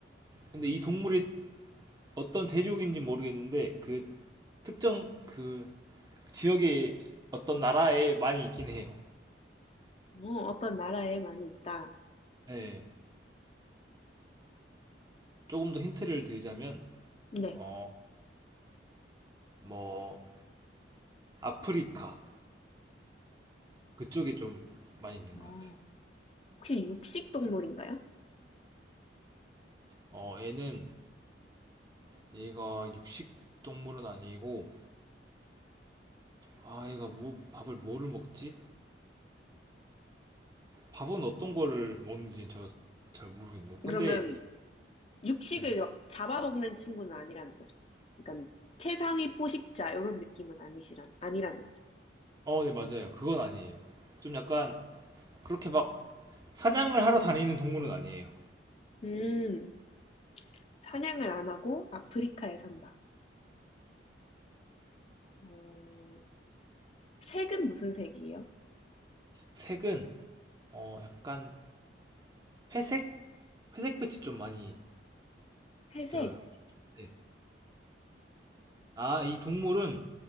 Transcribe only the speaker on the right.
근데 이 동물이 어떤 대륙인지 모르겠는데 그 특정 그 지역의 어떤 나라에 많이 있긴 해요.
예. 조금 더 힌트를 드리자면
어 뭐 아프리카 그쪽에 좀 많이 있는
것 같아. 요
어 얘는 얘가 육식 동물은 아니고 아 얘가 뭐 밥을 뭐를 먹지? 밥은 어떤 거를 먹는지 저 잘 모르겠네요. 근데
네.
어, 네 맞아요. 그건 아니에요. 좀 약간 그렇게 막 사냥을 하러 다니는 동물은 아니에요.
색은 어, 약간 회색? 회색 빛이 좀 많이
들어요. 네. 아, 이 동물은